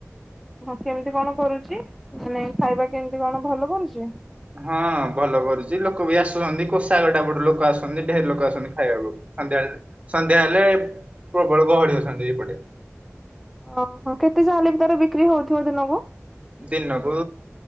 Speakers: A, in the centre; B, on the right.
A: କେମତି କଣ କରୁଚି ମାନେ ଖାଇବା କେମତି କଣ ଭଲ କରୁଚି?
B: ହଁ ଭଲ କରୁଚି ଲୋକ ବି ଆସୁଚନ୍ତି। କ ଚାଗଟା ବଟୁରୁ ଲୋକ ଆସୁଚନ୍ତି। ଢେର ଲୋକ ଆସୁଚନ୍ତି ଖାଇବାକୁ। ସନ୍ଧ୍ୟାବେଳେ ସନ୍ଧ୍ୟା ହେଲେ ପ୍ରବଳ ଗହଳି ହଉଚନ୍ତି ଏପଟେ।
A: ଓହୋ କେତେ ଚାହାଲେ ବି ତାର ବିକ୍ରି ହଉଥିବ ଦିନକୁ?
B: ଦିନକୁ